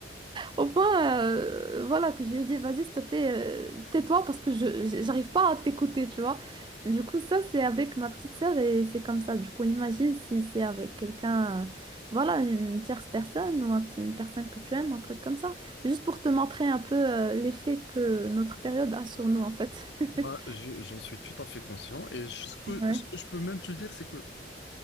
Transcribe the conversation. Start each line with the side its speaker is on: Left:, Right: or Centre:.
Right: Au point, euh, voilà, que je lui ai dit, vas-y, s'il te plaît, euh, tais-toi parce que je j- j'arrive pas à t'écouter, tu vois. Du coup, ça, c'est avec ma petite sœur et c'est comme ça. Du coup, imagine si c'est avec quelqu'un, euh, voilà, une tierce personne ou un- une personne que tu aimes, un truc comme ça. Juste pour te montrer un peu, euh, l'effet que notre période a sur nous, en fait. <laughs>
Left: bah, je- j'en suis tout à fait conscient. Et je- ce que,
Right: Ouais.
Left: ce que je peux même te dire, c'est que